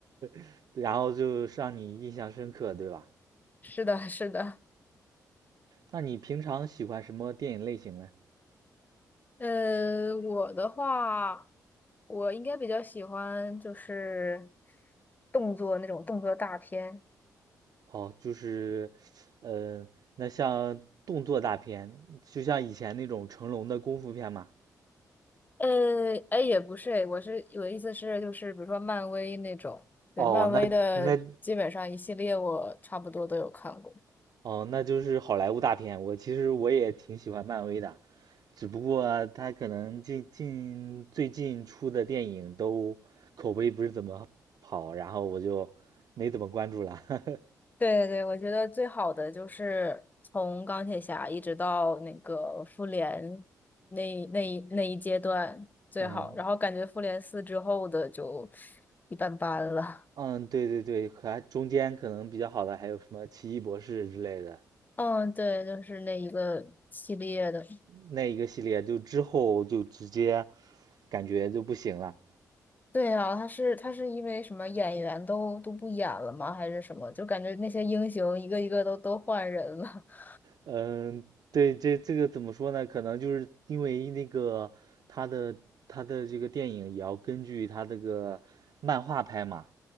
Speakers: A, on the right; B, on the left.
A: <laughs> 然后就让你印象深刻，对吧？
B: 是的，是的。
A: 那你平常喜欢什么电影类型呢？
B: 呃，我的话，我应该比较喜欢就是动作那种动作大片。
A: 哦，就是，呃，那像动作大片，就像以前那种成龙的功夫片嘛。
B: 呃，哎，也不是，哎，我是我的意思是，就是比如说漫威那种，对，
A: 哦，
B: 漫威的基本上一系列我差不多都有看过。
A: 那那哦，那就是好莱坞大片。我其实我也挺喜欢漫威的。只不过他可能近近最近出的电影都口碑不是怎么好，然后我就没怎么关注了。<laughs>
B: 对对，对，我觉得最好的就是从钢铁侠一直到那个复联那一那一那一阶段最好，
A: 嗯
B: 然后感觉复联四之后的就一般般了。
A: 嗯，对对对，还中间可能比较好的还有什么《奇异博士》之类的，
B: 嗯，对，就是那一个系列的。
A: 那一个系列就之后就直接感觉就不行了。
B: 对啊，他是他是因为什么演员都都不演了吗？还是什么？就感觉那些英雄一个一个都都换人了。<laughs>
A: 嗯，对，这这个怎么说呢？可能就是因为那个他的他的这个电影也要根据他这个漫画拍嘛，